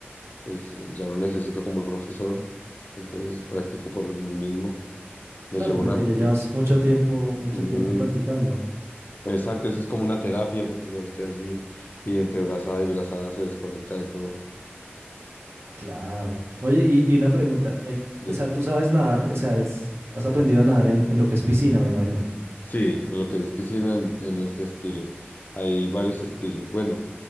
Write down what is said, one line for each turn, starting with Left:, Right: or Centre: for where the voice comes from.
Left: pues ya no necesito como el profesor, entonces practico por mí mismo, me
Right: Claro,
Left: llevo
Right: por
Left: una
Right: lo que
Left: rutina.
Right: ya llevas mucho tiempo, mucho
Left: Ujú,
Right: tiempo practicando.
Left: Exacto, eso es como una terapia porque se va usted allí y entre brazada y brazada se desconecta de todo.
Right: Claro. Oye, y, y una pregunta, el,
Left: Dime.
Right: o sea, tú sabes nadar, o sea, eres- has aprendido a nadar en, en lo que es piscina, me imagino.
Left: Sí, en lo que es piscina, en, en los estilos. Hay varios estilos. Bueno,